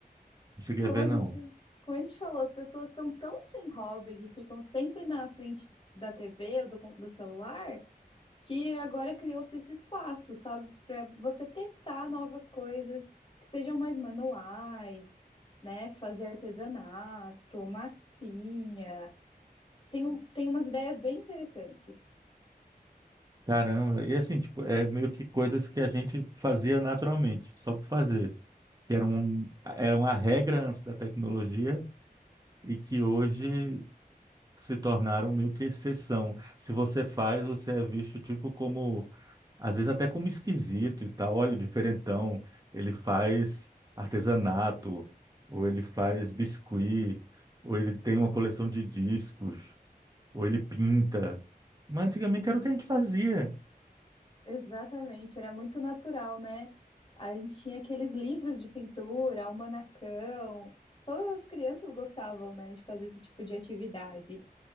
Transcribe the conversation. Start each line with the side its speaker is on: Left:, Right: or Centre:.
Right: cheguei
Left: Como
Right: a ver,
Left: a
Right: não.
Left: gente, como a gente falou, as pessoas estão tão sem hobby que ficam sempre na frente da TV ou do, com- do celular, que agora criou-se esse espaço, sabe, para você testar novas coisas que sejam mais manuais, né? Fazer artesanato, massinha. Tem, um- tem umas ideias bem interessantes.
Right: Caramba, e assim, tipo, é meio que coisas que a gente fazia naturalmente, só por fazer, que eram, eram a regra antes da tecnologia e que hoje se tornaram meio que exceção. Se você faz, você é visto, tipo, como, às vezes até como esquisito e tal, olha o diferentão, ele faz artesanato, ou ele faz biscuit, ou ele tem uma coleção de discos, ou ele pinta. Mas antigamente era o que a gente fazia.
Left: Exatamente, era muito natural, né? A gente tinha aqueles livros de pintura, almanacão. Todas as crianças gostavam, né, de fazer esse tipo de atividade.